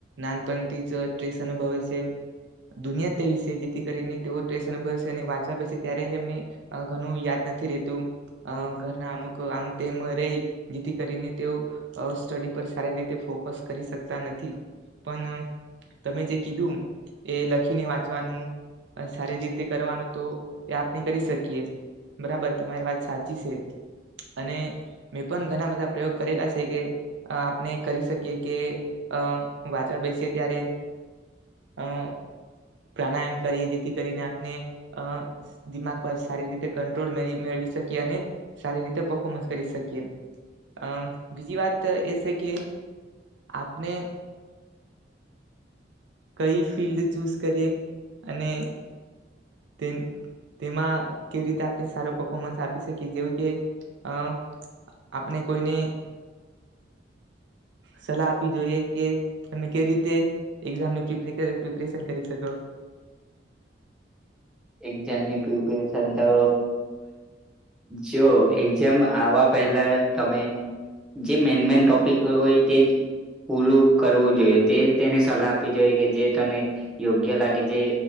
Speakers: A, on the right (about 70°); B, in the centre.
A: નાનપણથી જ ટ્યુશન અનુભવે છે, દુનિયા <unintelligible> છે, જેથી કરીને તેઓ ટ્રેસ અનુભવે છે, અને વાંચવા બે છે, ત્યારે એમની આગળનું યાદ નથી રેતું આ ઘરના અમુક આમ તેમ રહી જેથી કરીને તેઓ સ્ટડી પર સારી રીતે ફોકસ કરી શકતા નથી પણ તમે જે કીધું એ લખીને વાંચવાનું સારી રીતે કરવાનું તો એ આપણે કરી શકી યે બરાબર તમારી વાત સાચી છે અને મેં પણ ઘણા બધા પ્રયોગ કરેલા છે કે આપણે કરી શકીએ કે અ વાંચવા બેસીએ ત્યારે આ પ્રાણાયામ કરીએ જેથી કરીને આપણે આ દિમાગ ઉપર સારી રીતે કંટ્રોલ મે મેળવી શકીએ અને સારી રીતે પફોર્મન્સ કરી શકીએ આમ બીજી વાત એ છે કે આપણે કઈ ફિલ્ડ ચૂઝ કરીએ અને તે તેમાં કેવી રીતે આપણે સારો પફોર્મન્સ આપી શકીએ જેવું કે અ આપણે કોઈને સલાહ આપવી જોઈએ કે તમે કેવી રીતે એક્ઝામની પ્રિપેર પ્રિપેરેશન પણ કરી શકો.
B: એક્ઝામની પ્રિપરેશન તો જો એક્ઝામ આવવા પહેલા તમે જે મેન મેન ટોપિક હોય તે જ પૂરું કરવું જોઈએ તે તેને સલાહ આપવી જોઈએ કે જે તને યોગ્ય લાગે જે